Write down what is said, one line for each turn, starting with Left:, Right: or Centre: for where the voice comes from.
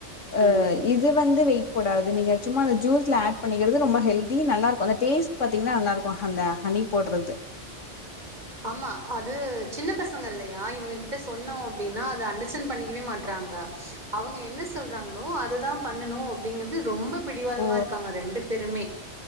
Left: ஆ
Right: ம்
Left: இது வந்து வெயிட் போடாது நீங்க சும்மா அந்த ஜூஸ்ல ஆட் பண்ணிக்கிறது ரொம்ப ஹெல்தி நல்லா இருக்கு அந்த டேஸ்ட் பார்த்தீங்கன்னா நல்லாருக்கு அந்த ஹனி போடுறது
Right: ஆமா அது சின்ன பசங்க இல்லையா இவங்க கிட்ட சொன்னோ அப்டின்னா அது அண்டர்ஸ்டாண்ட் பண்ணிக்கவே மாட் ட்ராங்க அவங்க என்ன சொல்றாங்களோ அததா பண்ணணு அப்டிங்குறது ரொம்ப பிடிவாதமா
Left: ஓ
Right: இருக்காங்க ரெண்டு பேருமே